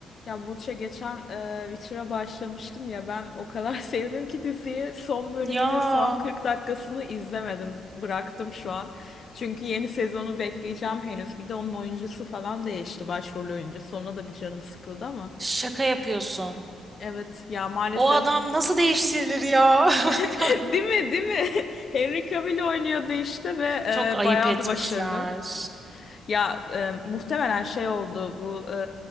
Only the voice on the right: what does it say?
Ya
şaka yapıyorsun.
O adam nasıl değiştirilir ya? <laughs>
Yani
Çok ayıp
etmişler.